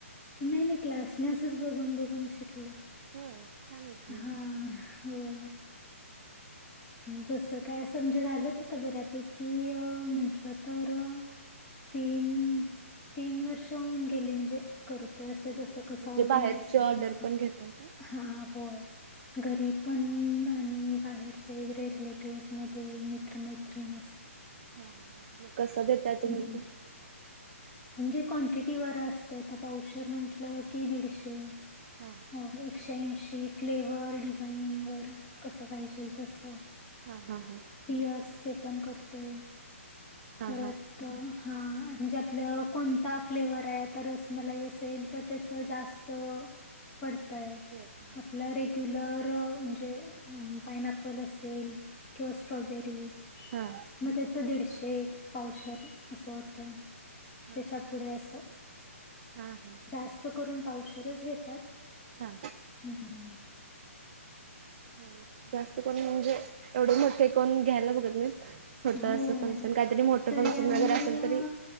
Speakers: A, on the left; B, on the right.
A: नाही नाही क्लास. असच बघून बघून शिकले.
B: होय छान आहे की
A: हा.
B: मग
A: होय. जसं काय असं म्हणजे झाल्यात बऱ्यापैकी म्हंटलं तर तीन तीन वर्ष होऊन गेली म्हणजे करतय
B: बर म्हणजे
A: जस कस ऑर्डर
B: बाहेरची
A: असतय
B: ऑर्डर
A: तस.
B: पण घेताय काय?
A: हा होय. घरी
B: हा हा
A: पण आणि बाहेर आमचे रिलेटिव्ह मध्ये मित्रमैत्रीण अस.
B: हा हा हा. मग कसं देताय तुम्ही
A: हम्म.
B: ते?
A: म्हणजे क्वांटिटी वर असतय पावशेर म्हंटलं की दीडशे.
B: हा.
A: हो. एकशे ऐंशी फ्लेवर, डिझाईनवर कसं पाहिजेल तसं.
B: हा हा हा.
A: टीयर्स चे पण करतोय.
B: हा
A: परत
B: हा
A: हा म्हणजे आपलं कोणता फ्लेवर आहे आता रस मलाई असेल तर त्याच जास्त पडतय.
B: रेट हा
A: आपल रेग क्यूलर म्हणजे पाइन अप्पल असेल किंवा स्ट्रॉबेरी
B: हा.
A: मग त्याच दीडशे पावशेर
B: हा
A: असं होतं.
B: हा
A: त्याच्यापुढे असं.
B: हा हा
A: जास्त करून पावशेर च घेतात.
B: हा.
A: हम्म हम्म.
B: होय. जास्त कोण म्हणजे एवढे मोठे कोण घ्यायला बघत नाही. छोटं
A: होय
B: असं फंक्शन काहीतरी, मोठं
A: तरी
B: फंक्शन
A: आम्ही
B: वगैर असेल
A: अ
B: तरी